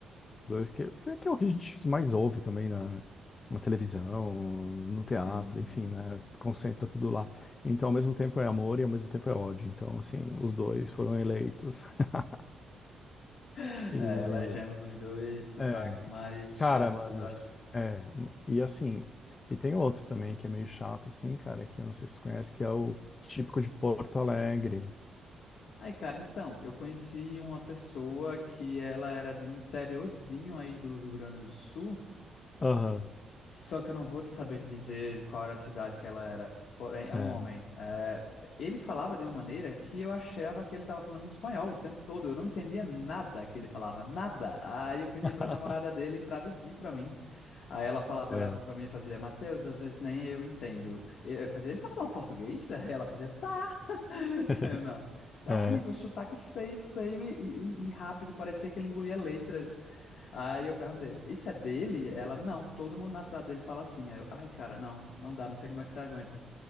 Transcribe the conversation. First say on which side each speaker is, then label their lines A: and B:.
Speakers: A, on the left; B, on the left.
A: dois, que é, que é o que a gente mais ouve também na, na televisão, no
B: Sim,
A: teatro,
B: sim.
A: enfim, né? Concentra tudo lá. Então, ao mesmo tempo é amor e ao mesmo tempo é ódio. Então, assim, os dois foram eleitos. <laughs>
B: <laughs>
A: E,
B: É, elegemos os dois sotaques
A: é,
B: mais chatos
A: cara, mas,
B: do Brasil.
A: é, e assim, e tem outro também que é meio chato, assim, cara, que eu não sei se tu conhece, que é o típico de Porto Alegre.
B: Aí, cara, então, eu conheci uma pessoa que ela era de um interiorzinho aí do Rio Grande do Sul,
A: Aham,
B: só que eu não vou te saber te dizer qual era a cidade que ela era. Porém, é
A: é.
B: um homem. É, ele falava de uma maneira que eu achava que ele estava falando em espanhol o tempo todo. Eu não entendia nada que ele falava, nada. Aí eu pedia
A: <laughs>
B: para a namorada dele traduzir para mim. Aí ela falava,
A: É.
B: olhava para mim e fazia, Mateus, às vezes nem eu entendo. Ele- Eu fazia, ele tá falando português? <laughs> Aí ela fazia, tá. <laughs>
A: <laughs>
B: Eu não. Tá
A: É,
B: horrível, sotaque feio, feio e, e- e rápido, parecia que ele engolia letras. Aí eu perguntei, isso é dele? Ela, não, todo mundo na cidade dele fala assim. Aí eu, ai, cara, não, não dá, não sei como é que você aguenta.